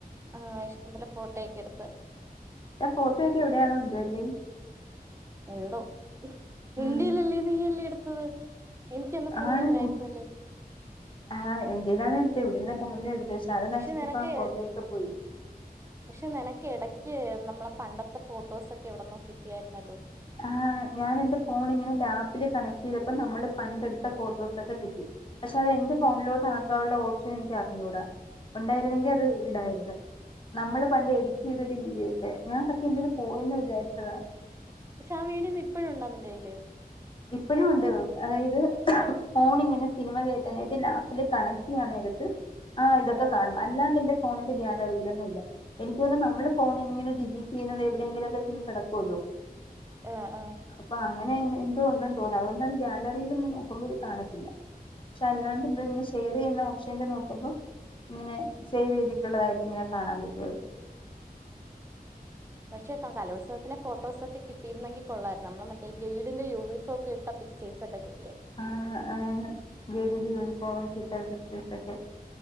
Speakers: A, on the right (about 15°); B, on the left (about 30°).
A: ആഹ് ഇഷ്ടംപോലെ ഫോട്ടോക്കെ എടുത്ത്
B: ആ ഫോട്ടോ ഒക്കെ എവിടെയാണോ എന്തുവല്ലേ
A: എവിടോ എന്റെയിലല്ല
B: ഉം
A: നീല്ലേ എടുത്തത് എനിക്കന്ന് ഫോണ
B: ആണ്
A: ഇല്ലായിരുന്നല്ലോ
B: ആഹ് എന്റേയിലാണ് എടുത്തത് ഇവിടെരുന്നാ ടാബിലാ എടു പക്ഷേ അത്
A: പക്ഷെ
B: നശിച്ചപ്പോ
A: നിനക്ക്
B: ആ ഫോട്ടോയിലൊക്കെ പോയി
A: പക്ഷെ നിനക്ക് ഇടക്ക് നമ്മളെ പണ്ടത്തെ ഫോട്ടോസോ ഒക്കെ എവിടുന്നോ കിട്ടിയായിരുന്നല്ലോ
B: ആഹ് ഞാനെന്റെ ഫോണെ ഇങ്ങനെ ലാപ്പില് കണക്ട് ചെയ്തപ്പോ നമ്മളെ പണ്ടെടുത്ത ഫോട്ടോസൊക്കെ കിട്ടി പക്ഷെ അത് എന്റെ ഫോണിലോട്ട് ആക്കാനുള്ള ഓപ്ഷൻ എനിക്ക് അറിഞ്ഞൂടാ ഉണ്ടായിരുന്നെങ്കിൽ അത് ഇടായിരുന്നു നമ്മളെ പണ്ട് എഡിറ്റ് ചെയ്ത ഒരു വീഡിയോ ഒക്കെ ഞാൻ കക്കി എന്ന്അതെ പോയിന്ന് വിചാരിച്ചതാ
A: പക്ഷേ ആ വീഡിയോ ഇപ്പോൾ ഉണ്ടോ നിന്റെ കയ്യിൽ
B: ഇപ്പോഴും ഉണ്ട് അതായത് ഫോണിങ്ങനെ സിനിമ കയറ്റാനായിട്ട് ലാപ്പില് കണക്ട് ചെയ്യാൻ നേരത്ത് ആ ഇതൊക്കെ
A: ആഹ്
B: കാണും അല്ലാ അല്ലാനെന്റെ ഫോണിന്റെ ഗ്യാലറി എങ്ങുമില്ല എനിക്ക് തോന്നുന്നത് നമ്മള് ഫോണിലെ ഡിലീറ്റ് ചെയ്യുന്നത് എവിടെയെങ്കിലുക്കെ ചെന്ന് കിടക്കുവല്ലോ <unintelligible>
A: ആഹ് ആഹ്‌
B: അപ്പൊ അങ്ങനെ എന്തോ ഉണ്ടെന്നു തോന്നുന്നു അതുകൊണ്ടാണ് ഗ്യാലറിയിലും നോക്കുമ്പോത് കാണത്തില്ല പക്ഷെ അല്ലാണ്ടേ എന്തോ ഇങ്ങെ ഷെയർ ചെയ്യുന്ന ഓപ്ഷനിലെ നോക്കുമ്പോ ഇങ്ങനെ സേവ് ചെയ്തിട്ടുള്ളതായിട്ട് ഇങ്ങനെ കാണാൻ പറ്റുതെ
A: പക്ഷേതാൻ കലോത്സവത്തിന്റെ ഫോട്ടോസൊക്കെ കിട്ടിയിരുന്നെങ്കിൽ കൊള്ളരുന്നു നമ്മ മറ്റേ ഗൈഡിന്റെ യൂണിഫോം ഒക്കെ ഇട്ട പിക്ചേഴസ ഒക്കെ കിട്ട
B: ആഹ്‌ ആന്നു ഗൈഡിന്റെ യൂണിഫോം ഒക്കെ ഇട്ട പിച്ചേഴ്സ് ഒക്കെ